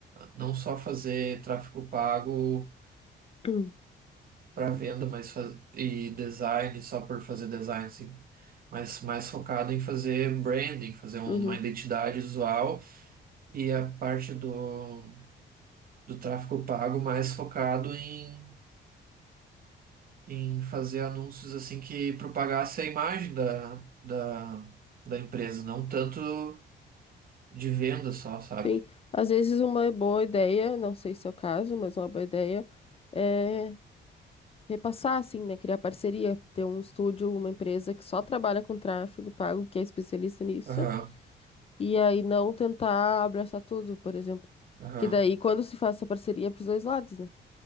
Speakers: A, on the right; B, on the left.
A: não só fazer tráfego pago,
B: <clears throat>
A: para venda, mas faz, e design só por fazer design, assim, mas mais focado em fazer branding, fazer uma
B: uhum,
A: identidade visual e a parte do, do tráfego pago mais focado em em fazer anúncios assim que propagasse a imagem da, da, da empresa, não tanto de venda só, sabe?
B: sim. Às vezes uma boa ideia, não sei se é o caso, mas uma boa ideia é repassar, assim, né? Criar parceria, ter um estúdio, uma empresa que só trabalha com tráfego pago, que é especialista nisso.
A: Aham,
B: E aí não tentar abraçar tudo, por exemplo.
A: aham.
B: Que daí, quando se faz essa parceria, é para os dois lados, né?